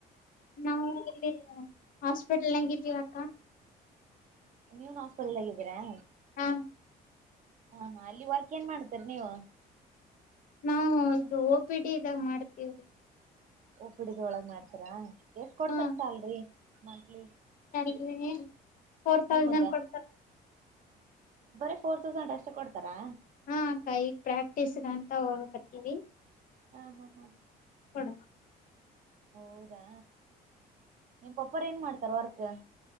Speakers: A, on the left (about 55°); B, on the right (about 50°).
A: ನಾವು ಇಲ್ಲಿ ಹಾಸ್ಪಿಟಲ್ ನಂಗವಿ ತ್ತ
B: ನೀವನ್ ಹಾಸ್ಪೆಟಲ್ಾಗಿದ್ದೀರಾ
A: ಹಾ
B: ಹಾ ಹಾ ಅಲ್ಲಿ ವರ್ಕ್ ಏನ್ ಮಾಡ್ತೀರಿ ನೀವು
A: ನಾವವು ಇದು ಪಿ ಡಿ ಇದಾಗ ಮಾಡ್ತಿೀವ್ರಿ
B: ಉಪ್ಪಡಿದ ಒಳಗ್ ಮಾಡ್ತೀರಾ ಎಷ್ಟ ಕೊಡ್ತಾರ
A: ಹಾ
B: ಸ್ಯಾಲ್ರಿ ಮಂತ್ಲಿ
A: ಹ್ಮ ಫೋರ್ ತೌಸಂಡ್
B: ನಿಮಗ
A: ಕೊಡ್ತಾರೆ
B: ಬರೀ ಫೋರ್ ತೌಸಂಡ್ ಅಷ್ಟೆ ಕೊಡ್ತಾರಾ
A: ಹಾ ಕೈ ಪ್ರಾಕ್ಟೀಸ್ಗಂತ ಹೋಗಕತ್ತೀವಿ
B: ಹಾ ಹಾ ಹಾ
A: ಕೊಡ
B: ಹೌದಾ ನೀ ಪ ಒಪರ್ ಏನ್ ಮಾಡ್ತಾರ ವರ್ಕ್